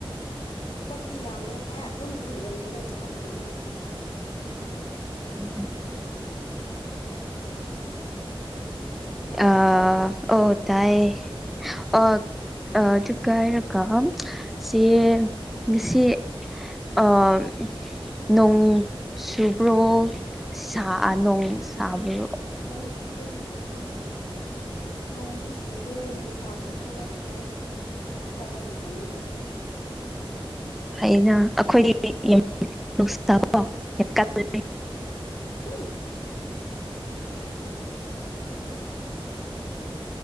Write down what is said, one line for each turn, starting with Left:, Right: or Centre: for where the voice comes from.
Left: ꯊꯕꯛꯇꯤ ꯌꯥꯝꯃꯦ ꯍꯦ ꯑꯗꯨꯝ ꯂꯩꯕꯅꯦ ꯊꯕꯛꯄꯨꯗꯤ
Centre: ꯎꯝ
Left: ꯇꯥꯕ
Centre: ꯑ ꯑꯣ ꯇꯥꯏꯌꯦ ꯑꯣ ꯑꯗꯨꯒ ꯍꯥꯏꯔꯒꯝ ꯁꯤ ꯉꯁꯤ
Left: ꯑꯁ
Centre: ꯑꯥ ꯅꯣꯡ ꯆꯨꯕ꯭ꯔꯣ ꯁꯥ ꯅꯣꯡ ꯁꯥꯕ꯭ꯔꯣ
Left: ꯅꯣꯡ ꯆꯨꯗꯦ ꯍꯧꯖꯤꯛꯇꯤ ꯅꯣꯡꯁꯨ ꯆꯨꯗꯦ ꯅꯨꯡꯁꯥꯁꯨ ꯊꯣꯛꯂꯛ ꯇꯦ ꯆꯞ ꯆꯥꯕ ꯃꯇꯝꯅꯤ ꯍꯧꯖꯤꯛ
Centre: ꯐꯩꯅꯥ ꯑꯩꯈꯣꯏꯗꯤ ꯅꯨꯡꯁꯥꯕꯣ ꯌꯥꯝ ꯀꯜꯂꯤ
Left: ꯍꯨꯏ